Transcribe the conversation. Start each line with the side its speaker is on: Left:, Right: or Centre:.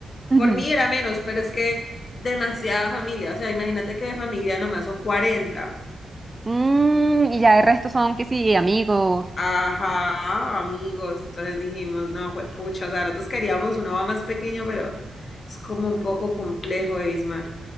Right: Ujú.
Left: por mí era menos, pero es que demasiada familia. O sea, imagínate que de familia nomás son cuarenta
Right: Mm, y ya el resto son que sí,
Left: O
Right: amigos.
Left: sea, Ajá, amigos. Entonces dijimos, no, pucha, o sea, nosotros queríamos una mamá más pequeña, pero es como un poco complejo, Ismar.